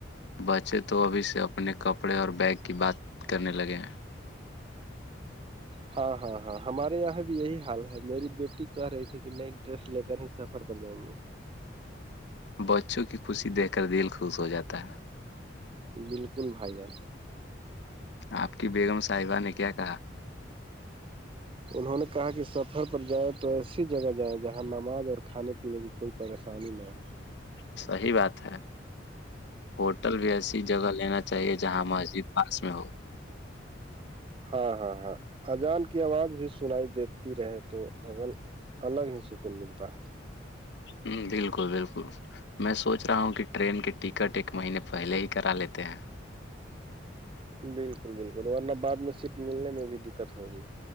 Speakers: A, on the left; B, on the right.
A: بچے تو ابھی سے اپنے کپڑے اور بیگ کی بات کرنے لگے ہیں
B: ہاں ہاں ہاں ہمارے یہاں بھی یہی حال ہے میری بیٹی کہہ رہی تھی کہ نئی ڈریس لے کر ہی سفر پر جائیں گے
A: بچوں کی خوشی دیکھ کر دل خوش ہو جاتا ہے
B: بالکل بھائی جان
A: آپ کی بیگم صاحبہ نے کیا کہا
B: انہوں نے کہا کہ سفر پر جائے تو ایسی جگہ جائیں جہاں نماز اور کھانے پینے کی کوئی پریشانی نہ ہو
A: <inaudible> صحی بات ہے ہوٹل بھی ایسی جگہ لینا چاہیے جہاں مسجد ہس میں ہو <unintelligible>
B: ہاں ہاں ہاں اجان کی آواز بھی سنائی دیتی رہے تو اگر الگ ہی سکون ملتا ہے
A: ہ بالکل بالکل میں سوچ رہا ہوں کہ ٹرین کے ٹکٹ ایک مہینے پہلے ہی کرا لیتے ہیں
B: بالکل بالکل ورنہ بعد میں سیٹ ملنے میں بھی دقت ہوگی